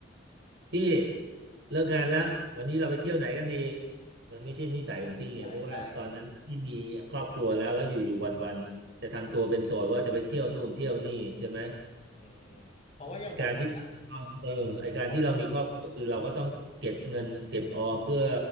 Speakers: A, on the right; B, on the left.
A: พี่เลิกงานแล้ววันนี้เราไปเที่ยวไหนกันดีมันไม่ใช่นิสัยของพี่ไงเพราะว่าตอนนั้นพี่มีครอบครัวแล้วแล้วอยู่ๆวันๆจะทำตัวเป็นโสดว่าจะไปเที่ยวนู่นเที่ยวนี่ใช่ไหม
B: อ่าใช่ใช่อืมอืมเพราะว่าอย่างผมเนี่ย
A: ไอการที่เราต้องเออไอการที่เรามีครอบครัวคือเราก็ต้องเก็บเงินเก็บออมเพื่อ
B: ผม